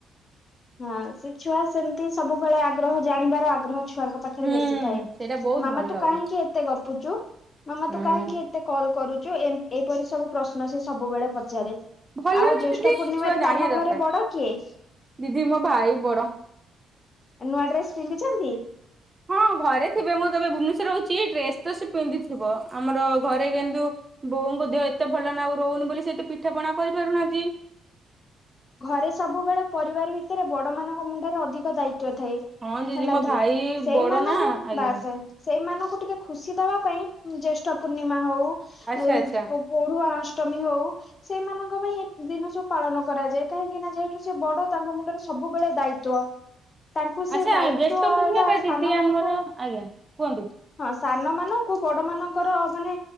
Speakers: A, on the left; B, on the right.
A: ହଁ ସେ ଛୁଆ ସେମିତି ସବୁବେଳେ ଆଗ୍ରହ ଜାଣିବାର ଆଗ୍ରହ ଛୁଆଙ୍କ ପାଖରେ
B: ହୁଁ
A: ବେଶୀ ଥାଏ।
B: ସେଇଟା ବହୁତ
A: ମାମା
B: ଭଲ
A: ତୁ କାହିଁକି
B: ବି
A: ଏତେ ଗପୁଚୁ। ମାମା
B: ହୁଁ
A: ତୁ କାହିଁକି ଏତେ କଲ୍ କରୁଚୁ। ଏଁ ଏଇପରି ସବୁ ପ୍ରଶ୍ନ ସେ ସବୁବେଳେ ପଚାରେ।
B: ଭଲ
A: ଆଉ
B: ନା
A: ଜ୍ୟେଷ୍ଠ
B: ଦିଦି
A: ପୂର୍ଣ୍ଣିମାରେ
B: ଛୁଆ ଜାଣିବା
A: ତମ
B: ଦରକାର
A: ଘରେ ବଡ କିଏ?
B: ଦିଦି ମୋ ଭାଇ ବଡ଼।
A: ନୂଆ ଡ୍ରେସ ପିନ୍ଧିଛନ୍ତି।
B: ହଁ ଘରେ ଥିବେ ମୁଁ ତ ଏବେ ଭୁବନେଶ୍ଵର ଅଛି। ଡ୍ରେସ ତ ସେ ପିନ୍ଧି ଥିବ। ଆମର ଘରେ କିନ୍ତୁ ବୋଉଙ୍କ ଦେହ ଏତେ ଭଲ ନାହିଁ। ଆଉ ରହୁନି ବୋଲି ସେତ ପିଠା ପଣା କରିପାରୁନାହାଁନ୍ତି।
A: ଘରେ ସବୁବେଳେ ପରିବାର ଭିତରେ ବଡ ମାନଙ୍କ ମୁଣ୍ଡରେ ଅଧିକ ଦାୟି ତ୍ବ ଥାଏ।
B: ହଁ ଦିଦି
A: ହେଲା
B: ମୋ
A: କି
B: ଭାଇ
A: ସେଇମାନଙ୍କୁ
B: ବଡ ନା ଆଜ୍ଞା
A: ବାସେ ସେଇମାନଙ୍କୁ ଟିକେ ଖୁସି ଦବା ପାଇଁ ଜ୍ୟେଷ୍ଠ ପୂର୍ଣ୍ଣିମା ହଉ ଉ
B: ଆଚ୍ଛା ଆଚ୍ଛା
A: ପଢୁଆ ଅସ ଅଷ୍ଟମୀ ହଉ ସେମାନଙ୍କ ପାଇଁ ଏ ଦିନ ସବୁ ପାଳନ କରାଯାଏ। କାହିଁକି ନା ଯେହେତୁ ସେ ବଡ ତାଙ୍କ ମୁଣ୍ଡରେ ସବୁବେଳେ ଦାୟିତୂ। ତାଙ୍କୁ ସେ
B: ଆଚ୍ଛା
A: ଦାୟିତ୍ଵଟା
B: ଜ୍ୟେଷ୍ଠ ପୂର୍ଣ୍ଣିମା ପା
A: ସାନ
B: ଦିଦି
A: ମାନଙ୍କୁ
B: ଆମର ଆଜ୍ଞା। କୁହନ୍ତୁ
A: ହଁ ସାନ ମାନଙ୍କୁ ବଡ ମାନଙ୍କର ମାନେ